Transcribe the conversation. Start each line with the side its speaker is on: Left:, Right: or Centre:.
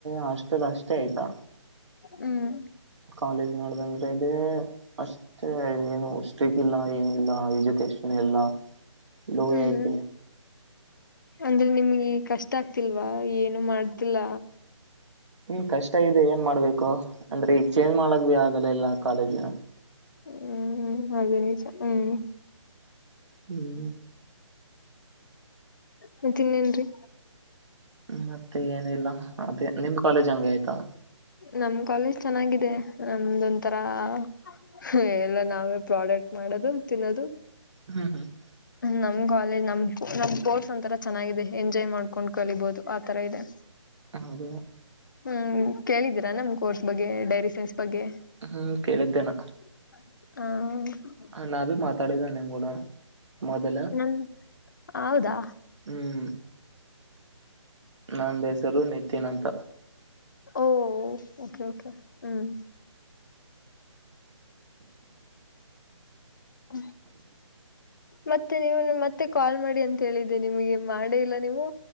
Right: ಹಾಸ್ಟೆಲ್ ಅಷ್ಟೇ ಆಯ್ತಾ.
Left: ಹ್ಮ್.
Right: ಕಾಲೇಜ್ ನೋಡ್ದಂದ್ರೆ ಇಲ್ಲಿ ಅಷ್ಟ ಏನು ಅಷ್ಟಕ್ಕಿಲ್ಲ. ಹಾ ಏನಿಲ್ಲ ಎಜುಕೇಶನ್ ಎಲ್ಲ ಲೋ
Left: ಹ್ಮ್
Right: ಐತಿ.
Left: ಅಂದ್ರೆ ನಿಮ್ಗೆ ಕಷ್ಟ ಆಗ್ತಿಲ್ವಾ ಏನು ಮಾಡ್ತಿಲ್ಲ.
Right: ಹ್ಮ್ ಕಷ್ಟ ಇದೆ ಏನ್ ಮಾಡ್ಬೇಕು ಅಂದ್ರೆ ಈಗ ಚೇಂಜ್ ಮಾಡ್ಕ್ ಬಿ ಆಗಲ್ಲ ಇಲ್ಲ ಕಾಲೇಜ್.
Left: ಹ್ಮ್ ಅದೇ ನಿಜ ಹ್ಮ್.
Right: ಹ್ಮ <unintelligible>
Left: ಮತ್ತ ಇನ್ನೇನ್ರೀ.
Right: ಮತ್ತೆ ಏನಿಲ್ಲ ಅದೇ ನಿಮ್ ಕಾಲೇಜ್ ಹಂಗೆ ಆಯ್ತಾ.
Left: ನಮ್ ಕಾಲೇಜ್ ಚೆನ್ನಾಗಿದೆ ನಮ್ದ ಒಂತರಾ. ಹ ಎಲ್ಲ ನಾವೇ ಪ್ರಾಡಕ್ಟ್ ಮಾಡದು ತಿನ್ನೋದು.
Right: ಹ್ಮ್ ಹ್ಮ್
Left: ನಮ್ ಕಾಲೇಜ್ ನಮ್ ಸ್ಪೋರ್ಟ್ಸ್ ಒಂತರ ಚೆನ್ನಾಗಿದೆ ಎಂಜಾಯ್ ಮಾಡ್ಕೊಂಡ್ ಕಲಿಬೋದು ಆತರ ಇದೆ.
Right: ಹೌದು.
Left: ಹ್ಮ್ ಕೇಳಿದ್ದೀರಾ ನಮ್ ಕೋರ್ಸ್ ಬಗ್ಗೆ ಡೈರಿ ಸೈನ್ಸ್ ಬಗ್ಗೆ.
Right: ಹ್ಮ್ ಕೇಳಿದ್ದೇನಾ.
Left: ಹ್ಮ. <unintelligible>
Right: ನಾ ಭಿ ಮಾತಾಡಿದ ನಿನ್ ಗೂಡ ಮೊದಲ.
Left: ಹ್ಮ ಹೌದಾ.
Right: ಹ್ಮ್. ನಂದ ಹೆಸರು ನಿತಿನ್ ಅಂತ.
Left: ಓ ಓಕೆ ಓಕೆ ಹ್ಮ್. <inaudible> <inaudible> ಮತ್ತೆ ನೀವು ನಮಗೆ ಮತ್ತೆ ಕಾಲ್ ಮಾಡಿ ಅಂತ ಹೇಳಿದ್ದಿ ನಿಮಗೆ ಮಾಡೇ ಇಲ್ಲ ನೀವು.